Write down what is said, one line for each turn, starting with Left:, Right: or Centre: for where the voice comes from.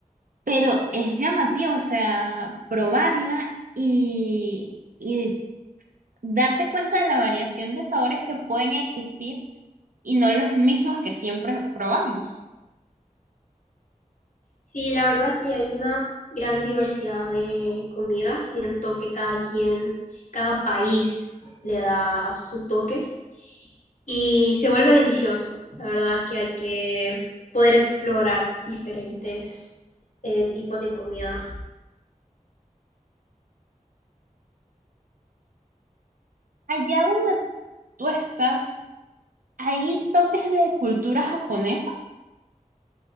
Right: Pero es llamativo, o sea, probarla y, y darte cuenta de la variación de sabores que pueden existir y no los mismos que siempre probamos.
Left: Sí, la verdad sí hay una gran diversidad de comida. Siento que cada quien, cada país le da su toque y se vuelve delicioso. La verdad que hay que poder explorar diferentes eh, tipos de comida.
Right: Allá donde tú estás, hay toques de cultura japonesa.